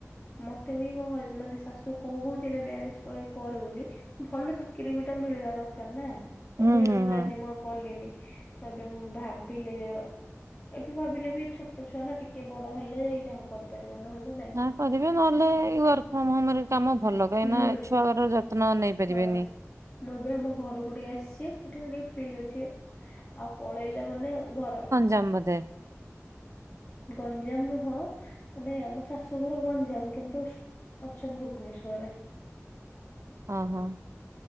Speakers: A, on the left (about 20°); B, on the right (about 65°).
A: ମତେ ବି ମୋ ହଜ୍ ମାନେ ଶାଶୁ କହୁଥିଲେ ମ୍ୟାରେଜ୍ ପରେ କରେ ବୋଲି ଭଲ ଚାକିରୀ ଗୋଟେ ମିଳିବା ଦରକାର ନା ତ
B: ହୁଁ
A: ମିଳିଲାନି
B: ହୁଁ ହୁଁ।
A: ମୁଁ ଆଉ କଲିନି ତବେ ମୁଁ ଭାବିଲେ ଏବେ ଭାବିଲେ ବି ଛୋଟ ଛୁଆ ନା ଟିକେ ବଡ ହେଲେ ଯାଇ ଯାହା କରିପାରିବ ନହେଲେ ନାଇଁ।
B: ନ କରିବେ ନହେଲେ ଏଇ ୱାର୍କ ଫ୍ରମ ହୋମରେ କାମ ଭଲ କାହିଁକି
A: ହୁଁ।
B: ନା ଛୁଆର ଯତ୍ନ ନେଇ ପାରିବେନି।
A: ହଁ ମୁଁ ଏବେ ଆମ ଘରକୁ ଟିକେ ଆସିଚି ସେଠି ଟିକେ ଫ୍ରି ଅଛି। ଆଉ ପଳେଇଲେ ମାନେ ଘର
B: ଜମ୍ ବୋଧେ?
A: ଗଞ୍ଜାମ ନୁହେଁ ମାନେ ଆମ ଶାଶୁଘର ଗଞ୍ଜାମ କିନ୍ତୁ ଅଛୁ ଭୁବନେଶ୍ଵର୍ ରେ।
B: ଓହୋ।